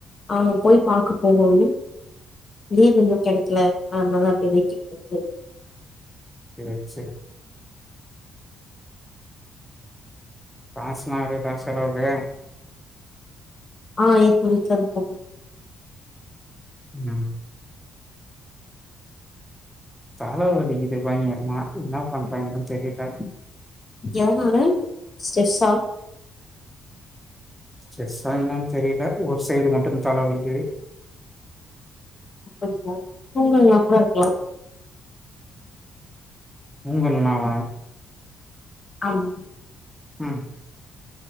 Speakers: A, on the left; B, in the centre.
A: ஆ போய் பாக்கப் போகோனு லீவ்வு இன்னும் கெடைக்ல அதனால அப்டியே வெய்டிங்ல இருக்கு
B: சேர் சேர் காஸ்லா இருக்குதா செலவுக்கு
A: ஆ இருக்கு வீட்ல குடுத்தாங்க
B: ம் தல வலிக்குது பயங்கரமா என்ன பண்றாங்கனு தா தெரியில
A: எதனால ஸ்ட்ரெஸ்ஸா
B: ஸ்ட்ரேஸ்ஸா என்னான்னு தெரில ஒரு சைடு மட்டும் தல வலிக்குது
A: அப்டியா தூங்களினாக் கூட இருக்கலாம்
B: தூங்கலனாவ
A: ஆமா
B: ம்